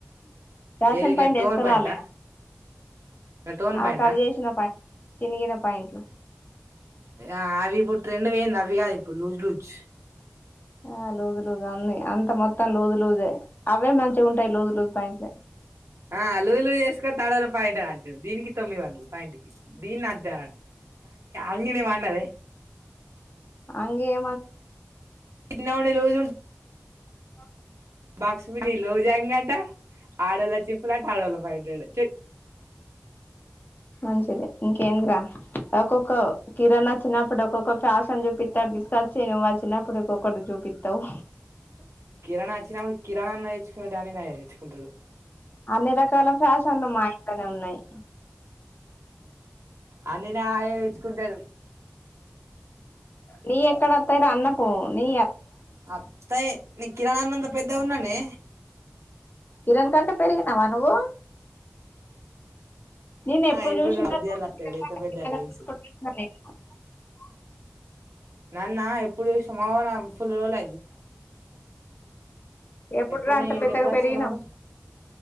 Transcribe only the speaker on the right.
ఏది
గట్టోన్
ప్యాంటా గట్టోన్
ప్యాంటా
ఆ అవి ఇప్పుడు ట్రెండ్ వేయింది అవి కాదు ఇప్పుడు లూజ్ లూజ్
ఆ లుజు చేసుకో తడలు పైట అంట దీనికి తొమ్మిది వందలు పైంటికి దీన్ని అంటే అంగీని ఏమో అన్నది
చిన్నగా ఉండే లోజు
బాక్స్ మీడి లుజు అంగి ఆడోళ్ళ చెప్పులు అట్ట ఆడళ్ళ పాయింట్లు
కిరాణా వచ్చినప్పుడు కిరాణా నేర్చుకునేడు అని నేర్చుకుంటాడు
అన్ని నా తేచ్చుకుంటాడు
అత్తాయి నీ కిరాణా అన్న అంతా ఆపెద్ద ఉన్నానే
ఆ ఇప్పుడు
నువ్వు ఉద్యాలు వస్తాయి
ఇప్పుడు ఎంత
పెద్ద
రైస్
నాన్న ఎప్పుడు చూసినవు ఫుల్ రోజులు
ఎప్పుడు నీను
ఏడికి
ఎప్పుడు వచ్చినా
బాబాయ్